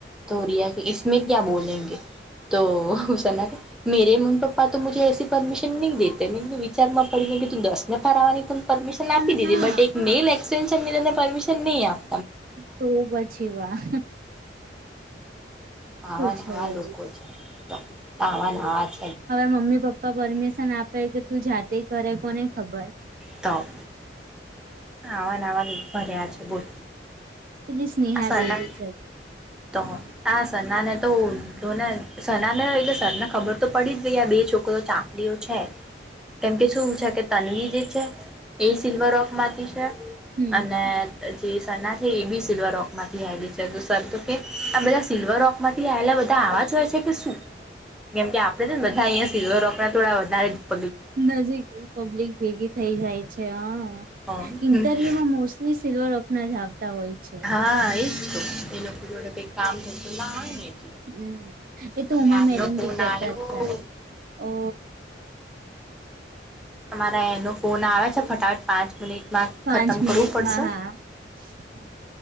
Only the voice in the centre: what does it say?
તો રિયા કેય ઈસમે ક્યાં બોલેગે તો હસ ના કે મેરે મમ્ી પપ્પા તો મુ એસી પરમિશન નહીં દે મેધું વિચારમાં પડીને તું દસને ફરવાની પણ પરમિશન
આપી દીધી
બટ એક નેલ એક્સટેન્શનની પરમિશન નહી, આપ
આવાને
આવા
લોકો છે, આવાને આવાત
તો આવાન આવાન ભર્યા છે બોલ
આ સરના
તો આ સન્નાને તો ઓળખ્યોને સનાને એટલે સરને ખબર તો પડી જ ગઈ આ બે છોકરી ચાપડીઓ છે કેમ કે શું છે કે તનવી જે છે એ સિલ્વર ઓક માંથી છે
અને જે સના છે એ બી સિલ્વરઓક માંથી આવેલી છે, સર તો કે આ બધા સિલ્વરઓક માંથી આયેલા બધા આવાજ હોય છે કે શું કેમ કે આપડે છે ને બધા અહી ફીવ રોકડા થોડા વધારે જ પ
હા
હા એજ તો એ લોકો જોડે કઈ કામ ધંધો ના હોય ને એટલે
હવે
આમનો
ફોન
આવ્યો
તમારા એનો ફોન આવે છે, ફટાફટ પાંચ મિનિટ મા
ખતમ
કરવું પડશે